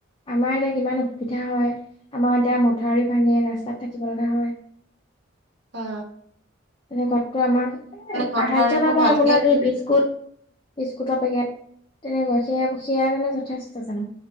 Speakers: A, on the left (about 25°); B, on the right (about 65°).
A: আমাৰ এতিয়া কিমান অসুবিধা হয় আমাৰ এতিয়া মথাউৰি ভাঙে ৰাস্তাত থাকিব লগা হয়।
B: বা
A: তেনেকুৱাতটো আমাৰ এ'
B: মথাউৰিবোৰ
A: সাহায্য নামৰ
B: ভালকে
A: আপোনাক এই বিস্কুট-বিস্কুটৰ পেকেট তেনেকুৱা সেয়া সেয়া জানো যথেষ্ট জানো